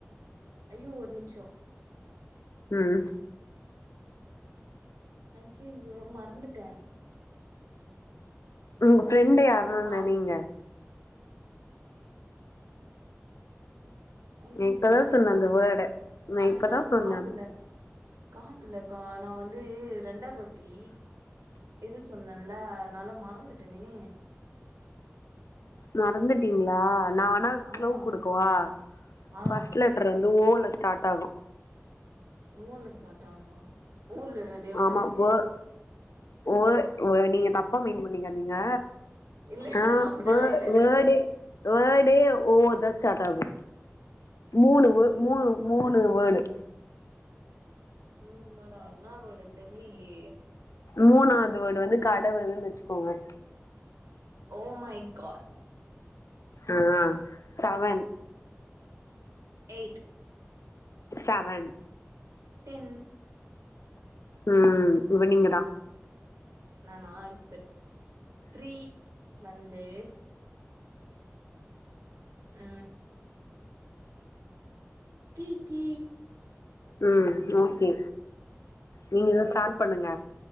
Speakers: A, on the right; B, on the left.
A: ஐயோ ஒரு நிமிஷோ
B: ம்
A: ஐயயோ மறந்துட்டே
B: உங்க ஃப்ரெண்ட யாருனா
A: நா மா
B: நினைங்க
A: ஐயையோ
B: நா இப்பதா
A: நா
B: சொன்னே
A: ம
B: அந்த வேர்ட நா
A: அதுதா
B: இப்பதா சொன்னே
A: காதுல காதுலக்கா நா வந்து ரெண்டாவ்து வாட்டி இது சொன்னேன்ல அதனால மறந்துட்டனே
B: மறந்துட்டீங்களா நா வேணா
A: ஆமா
B: க்லு குடுக்குவா
A: ஆ
B: ஃபஸ்ட் லெட் லெட்டர் வந்து ஓ ல ஸ்டார்ட் ஆகு
A: ஓ ல சாட் ஆகுமா ஓ ல நறைய வர்டு
B: ஆமா
A: இருக்கே
B: வே ஓ ஓ நீங்க தப்பா மீன் பண்ணிக்காதிங்க
A: இல்ல
B: ஆ
A: அப்ப
B: வ
A: நா இல்ல இல்ல
B: வர்டே
A: சி
B: வேர்டே ஓலத சாட் ஆகு மூணு
A: ஐயோ
B: மூணு மூணு வேர்டு
A: மூனு வர்டா என வர்டு தெரிலயே
B: மூணாவது வேர்டு வந்து கடவுள்ன்னு வச்சுக்கோங்க
A: ஓ மை காட்
B: ஆ சவன்
A: எய்ட்
B: சவன்
A: டென்
B: ம் இப்ப நீங்க தா
A: நானா இப்ப த்ரீ வந்து ஆ கி கி
B: ம் ஓகே நீங்க தா ஸ்டார்ட் பண்ணுங்க